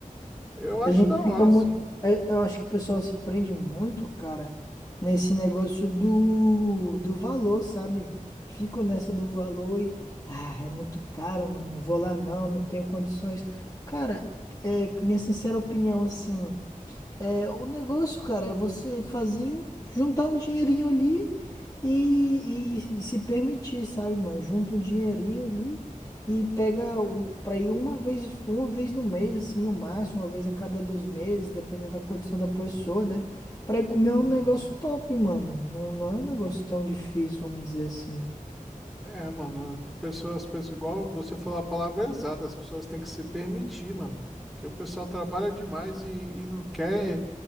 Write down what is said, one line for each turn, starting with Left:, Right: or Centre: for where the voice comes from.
Centre: Eu acho
Left: A gente
Centre: da
Left: fica
Centre: hora,
Left: muito.
Centre: sim.
Left: Eu acho que o pessoal se prende muito, cara, nesse negócio do, do valor, sabe? Ficam nessa do valor e. Ah, é muito caro, mano. Não vou lá não, não tenho condições. Cara, é minha sincera opinião, assim. É, o negócio, cara, é você fazer, juntar um dinheirinho ali e, e- e se permitir, sabe, mano? Junta um dinheirinho ali e pega o- pra ir uma vez, uma vez no mês, assim, no máximo, uma vez a cada dois meses, dependendo da condição da pessoa, né? Pra ir comer
Centre: Uhum.
Left: um negócio top, mano. Não, não é um negócio tão difícil, vamos dizer assim.
Centre: É, mano, as pessoas pensam igual você falou a palavra é exata, as pessoas têm que se permitir, mano. Porque o pessoal trabalha demais e, e não quer